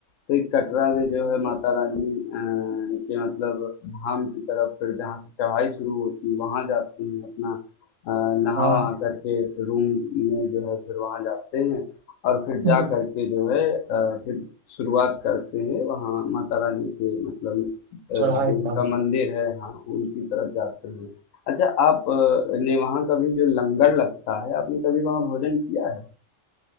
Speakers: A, on the left; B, on the right.
A: तो एक कटरा में जो है माता रानी अ, के मतलब धाम की तरफ फिर जहाँ से चढ़ाई शुरू होती है वहाँ जाते हैं अपना अ, नहा
B: हाँ
A: वहा करके रूम में जो है फिर वहाँ जाते हैं। और फिर जा
B: हम्म,
A: करके जो है अ, फिर शुरुआत करते हैं वहाँ माता रानी के मतलब अ, जो
B: चढ़ाई
A: उनका
B: का
A: मंदिर है हाँ उनकी तरफ जाते हैं अच्छा आप अ, ने वहाँ कभी जो लंगर लगता है आपने कभी वहाँ भोजन किया है